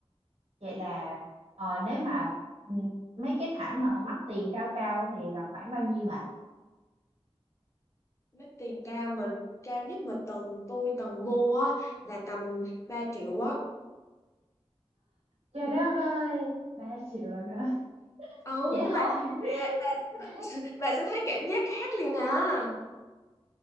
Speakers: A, on the right (about 85°); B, on the left (about 25°).
A: vậy là ờ, nếu mà ừ, mấy cái thảm mà mắc tiền cao cao thì là khoảng bao nhiêu bà
B: mấy tiền cao mà cao nhất mà từng tôi từng mua á, là tầm 3 triệu á
A: trời đất ơi ba triệu là hả
B: ừ
A: vậy
B: nhưng mà
A: thôi
B: bà, <laughs>
A: <laughs>
B: bà sẽ thấy cảm giác khác liền à